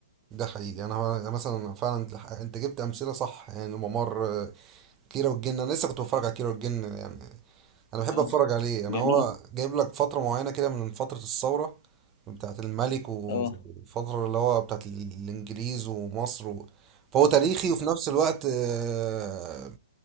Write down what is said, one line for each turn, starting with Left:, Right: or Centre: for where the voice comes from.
Right: ده حقيقي انا أنا مثلا فعلا انت أنت جبت امثله صح يعني ممر آه، كيرة والجن انا لسه كنت بتفرج على كيرة والجن يعني انا بحب
Left: اه
Right: اتفرج عليه انا
Left: جميل
Right: هو جايب لك فتره معينه كده من فتره الثوره بتاعه الملك وفتره
Left: اه
Right: اللي هو بتاعه ال- الانجليز ومصر و... فهو تاريخي وفي نفس الوقت آه،